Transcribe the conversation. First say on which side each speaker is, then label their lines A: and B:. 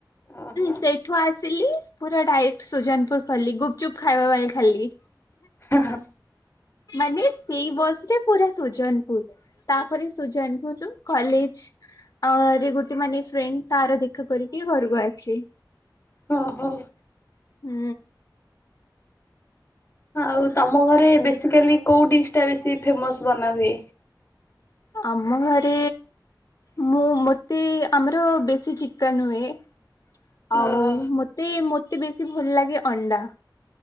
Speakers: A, on the left; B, on the left.
A: ଓହୋ
B: ସେଇଠୁ ଆ ସିଲି ପୁରା ଡାଇରେକ୍ଟ ସୁଜନପୁର ଖଲି ଗୁପଚୁପ୍ ଖାଇବା ପାଇଁ ଖାଲି।
A: ହଁ ହ।
B: ମାନେ ସେଇ ବସରେ ପୁରା ସୁଜନପୁର ତାପରେ ସୁଜନପୁର ରୁ କଲେଜ ଆଉ ଗୋଟେ ମାନେ ଫ୍ରେଣ୍ଡ ତାର ଦେଖା କରିକି ଘରକୁ ଆସିଲି।
A: ଓହୋ।
B: ହୁଁ।
A: ଆଉ ତମ ଘରେ ବେସିକାଲି କୋଉ ଡିସ ଟା ବେଶୀ ଫେମସ ବନାହୁଏ?
B: ଆମ ଘରେ ମୁଁ ମତେ ଆମର ବେଶୀ ଚିକନ ହୁଏ । ଆଉ
A: ଓହୋ
B: ମତେ ମତେ ବେଶୀ ଭଲ ଲାଗେ ଅଣ୍ଡା